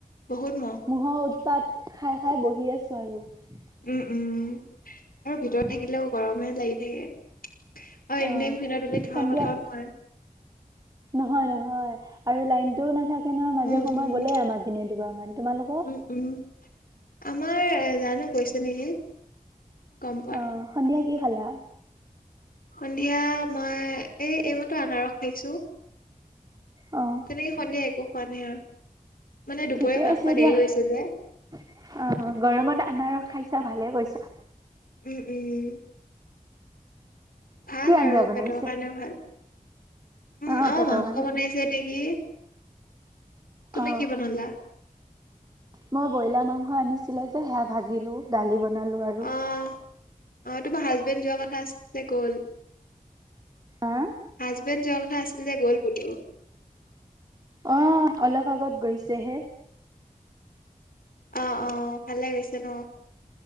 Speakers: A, on the left; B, on the right.
A: বহুত মহ
B: মহৰ উৎপাত খাই -খাই বহি আছো আমি।
A: উম উম। আৰু ভিতৰত থাকিলেও গৰমে লাগি থাকে। আৰু এনি
B: অ
A: টাইম ফেনৰ তলিত থকাৰ
B: সন্ধিয়া,
A: কথাও নহয়।
B: নহয় নহয়। আৰু লাইনটো নাথাকে। তে নহয় মাজে
A: উম, উম,
B: সময়ত গলেই আমাৰ পিনে দুবাৰ মান, তোমালোকৰ?
A: উম, উম, আমাৰ জানো গৈছে নেকি। গম পোৱা
B: অহ।
A: নাই।
B: সন্ধিয়া কি খালা?
A: সন্ধিয়া মই এই এইমাতো আনাৰস খাইছো।
B: অ
A: তেনেকে সন্ধিয়া একো খোৱা নাই আৰু মানে দুপৰীয়া
B: ঠিকে
A: ভাত
B: আছে
A: খোৱা
B: দিয়া
A: দেৰি
B: অ
A: হৈছে যে।
B: গৰমত আনাৰস খাইছো ছা ভালে কৈছা।
A: উম উম ভাল
B: কি আঞ্জা
A: আৰু
B: বনাইছে
A: পেটৰ কাৰণেও ভাল। উম
B: অ
A: আহ
B: পেটৰ
A: মাংস
B: কাৰণে
A: বনাইছে নেকি? তুমি
B: অ
A: কি বনালা?
B: মই ব্ৰইলাৰ মাংস আনিছিলে যে সেয়া ভাজিলো, দালি বনালো আৰু
A: অ', অ', তোমাৰ হাজবেণ্ড যোৱা কথা আছিল যে গ'ল।
B: আহ!
A: হাজবেণ্ড যোৱা কথা আছিল যে গ'ল বোলো।
B: অহ অলপ আগত গৈছেহে।
A: অ অ ভালে গৈছে ন।